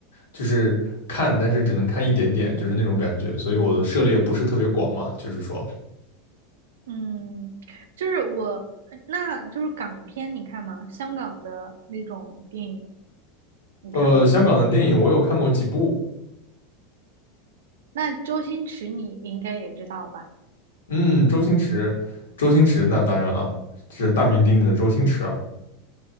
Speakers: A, on the left; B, on the right.
A: 就是看，但是只能看一点点，就是那种感觉，所以我的涉猎不是特别广嘛，就是说，
B: 嗯，就是我，呃那就是港片，你看吗？香港的那种电影，
A: 呃，
B: 你看吗？
A: 香港的电影我有看过几部，
B: 那周星驰你应该也知道吧？
A: 嗯，周星驰，周星驰那当然了，是大名鼎鼎的周星驰，啊。